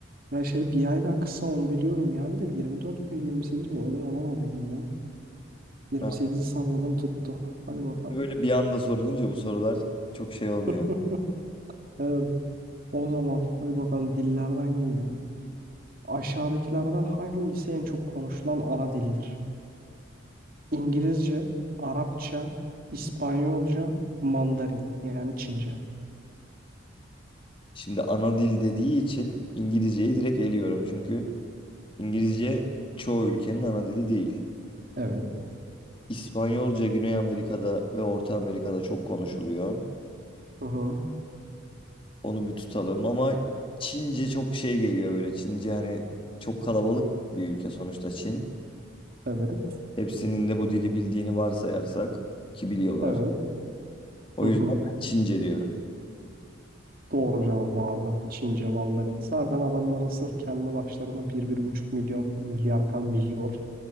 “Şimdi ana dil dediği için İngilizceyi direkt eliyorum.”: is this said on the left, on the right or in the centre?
Left